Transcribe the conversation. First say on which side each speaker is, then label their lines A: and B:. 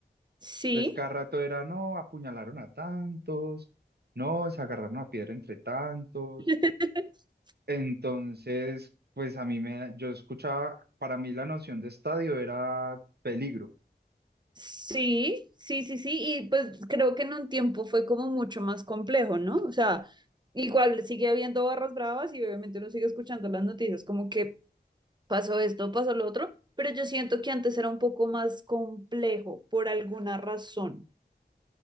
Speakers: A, on the right; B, on the right.
A: Sí.
B: Entonces cada rato era, no, apuñalaron a tantos, no, se agarraron a piedra entre tantos.
A: <laughs>
B: Entonces, pues a mí me, yo escuchaba, para mí la noción de estadio era peligro.
A: Sí, sí, sí, sí. Y pues creo que en un tiempo fue como mucho más complejo, ¿no? O sea, igual sigue habiendo barras bravas y obviamente uno sigue escuchando las noticias como que pasó esto, pasó lo otro, pero yo siento que antes era un poco más complejo por alguna razón,